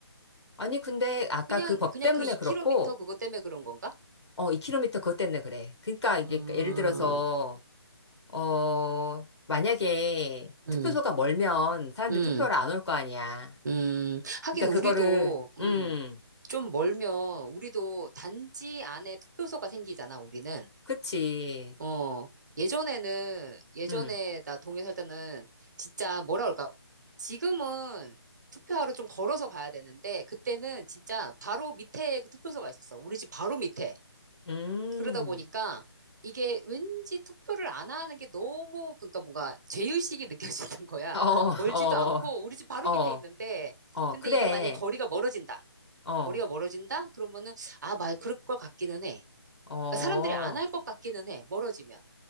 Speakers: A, on the left (about 85°); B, on the right (about 45°).
A: 아니, 근데 아까
B: 그냥,
A: 그 법
B: 그냥
A: 때문에
B: 그2미터
A: 그렇고,
B: 그거 때문에 그런 건가?
A: 어, 2km 그것 때문에 그래. 그러니까 이게
B: 음,
A: 예를 들어서 어, 만약에
B: 음,
A: 투표소가 멀면 사람들
B: 음,
A: 투표를 안 올 거 아니야.
B: 음. 하긴
A: 그러니까
B: 우리도,
A: 그거를,
B: 음.
A: 음,
B: 좀 멀면 우리도 단지 안에 투표소가 생기잖아, 우리는.
A: 그치.
B: 어, 예전에는, 예전에
A: 음,
B: 나 동해 살 때는 진짜 뭐라 그럴까. 지금은 투표하러 좀 걸어서 가야 되는데, 그때는 진짜 바로 밑에 그 투표소가 있었어. 우리 집 바로 밑에.
A: 음.
B: 그러다 보니까 이게 왠지 투표를 안 하는 게 너무, 그러니까 뭔가 죄의식이 <laughs> 느껴지는 거야.
A: 어,
B: 멀지도
A: 어,
B: 않고 우리 집 바로
A: 어,
B: 밑에 있는데,
A: 어,
B: 근데
A: 그래.
B: 이게 만약에 거리가 멀어진다.
A: 어,
B: 거리가 멀어진다? 그러면은, 아, 말, 그럴 것 같기는 해.
A: 어.
B: 그러니까 사람들이 안 할 것 같기는 해. 멀어지면.